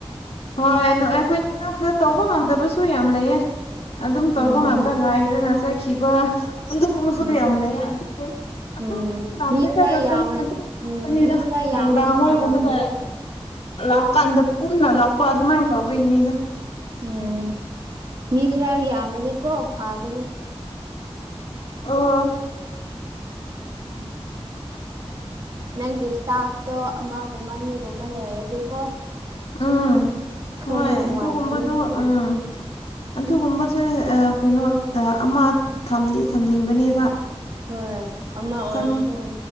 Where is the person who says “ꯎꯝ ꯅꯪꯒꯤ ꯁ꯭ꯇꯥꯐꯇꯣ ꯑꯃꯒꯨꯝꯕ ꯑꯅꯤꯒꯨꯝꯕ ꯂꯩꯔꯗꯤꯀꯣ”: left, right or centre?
Right